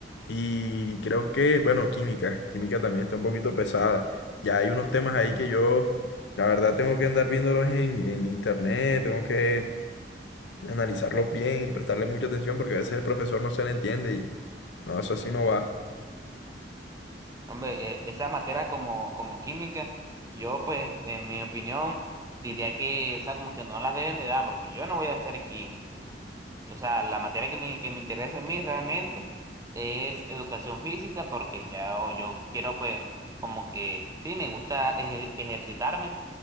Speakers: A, on the left; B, on the right.
A: Y creo que, bueno, química, química también está un poquito pesada. Ya hay unos temas ahí que yo, la verdad, tengo que andar viéndolos en, en internet, tengo que analizarlos bien y prestarle mucha atención porque a veces el profesor no se le entiende y no, eso así no va.
B: Hombre, e- esa materia como, como química, yo pues en mi opinión diría que, o sea, como que no las deben de dar porque yo no voy a ser químico. O sea, la materia que me, que me interesa a mí realmente es educación física porque ya o- yo quiero pues como que, sí, me gusta ej- ejercitarme,